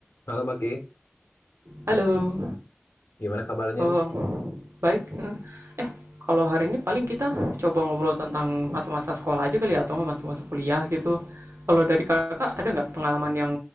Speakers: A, on the left (about 70°); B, on the right (about 80°).
A: Halo Baki,
B: Halo,
A: gimana kabarnya
B: eh,
A: nih?
B: baik. Eh, kalau hari ini paling kita coba ngobrol tentang masa-masa sekolah aja kali ya, atau masa-masa kuliah gitu. Kalau dari kakak ada nggak pengalaman yang